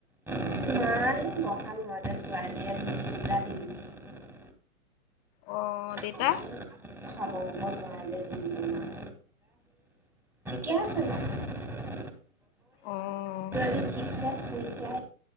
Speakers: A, in the centre; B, on the left.
A: বাৰু মা এই বৰ ভাল নহয় যে <inaudible>
B: অ 'দেউেতা
A: সমানে খাব বব নোৱাৰে যে তিনিজনৰ কিয় চেৰ <unintelligible>
B: অ'
A: শিকা